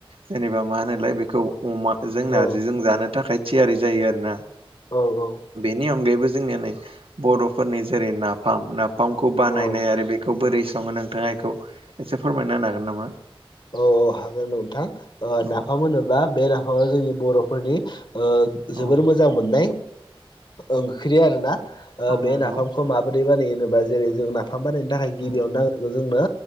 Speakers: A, on the right; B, on the left.
A: जेनेबा मा होनोलाय बेखौ अमाजों
B: औ
A: नारजिजों जानो थाखाय थियारि जायो आरोना
B: औ औ
A: बेनि अनगायैबो जोंनि नै बर'फोरनि जेरै नाफाम नाफामखौ बानायनाय
B: औ
A: आरो बेखौ बोरै स ङो नोंथाङा इखौ एसे फोरमायना होनो हागोन नामा?
B: ओ हागोन नोंथां ओ
A: औ
B: नाफाम होनोबा बे नाफामा जोंनि बर'फोरनि ओ
A: औ
B: जोबोर मोजां मोननाय ओंख्रि आरोना ओ
A: औ
B: बे
A: नंगौ
B: नाफामखौ माबोरै बानायो होनोबा जेरै जों नाफाम नाफाम बानायनो थाखाय
A: औ
B: गिबियावनो नांग्रोगो जोंनो